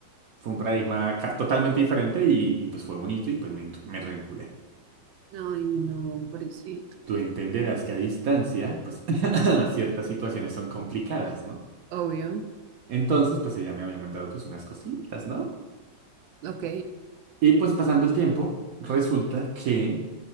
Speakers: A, on the right; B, on the right.
A: fue un paradigma ca- totalmente diferente y, y, pues fue bonito y pues me, me reenculé.
B: ay, no, pobrecito.
A: Tú entenderás que a distancia, pues <laughs> <clears throat> ciertas situaciones son complicadas, ¿no?
B: Obvio.
A: Entonces, pues ella me había mandado pues unas cositas, ¿no?
B: Ok,
A: Y pues pasando el tiempo, resulta que